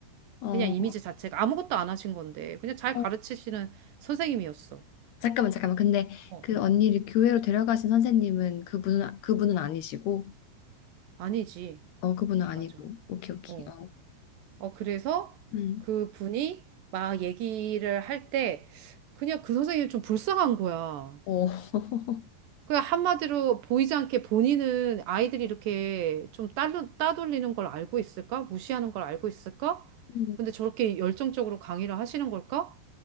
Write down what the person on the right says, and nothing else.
그냥 이미지 자체가 아무것도 안 하신 건데, 그냥 잘
가르치시는 선생님이었어.
어,
아니지.
맞아.
어.
어, 그래서
그 분이 막 얘기를 할 때 그냥 그 선생님이 좀 불쌍한 거야.
그냥 한마디로 보이지 않게 본인은 아이들이 이렇게 좀 따돌, 따돌리는 걸 알고 있을까? 무시하는 걸 알고 있을까?
근데 저렇게 열정적으로 강의를 하시는 걸까?